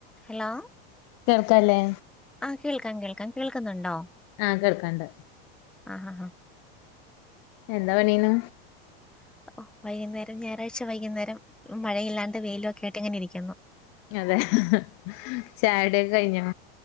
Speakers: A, in the centre; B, on the left (about 45°).
A: Hello..
B: കേൾക്കാല്ലേ?
A: ആഹ് കേൾക്കാം കേൾക്കാം കേൾക്കുന്നുണ്ടോ?
B: ആഹ കേൾക്കാണ്ട്.
A: ഹ ഹ ഹാ
B: എന്താ പണിയേന്നു?
A: <inaudible> വൈകുന്നേരം ഞായറാഴ്ച വൈകുന്നേരം മഴയില്ലാണ്ട് വെയിലെക്കെയായിട്ടങ്ങനെ ഇരിക്കുന്നു.
B: അതെ <unintelligible> ചായ കുടിക്കെ കഴിഞ്ഞോ?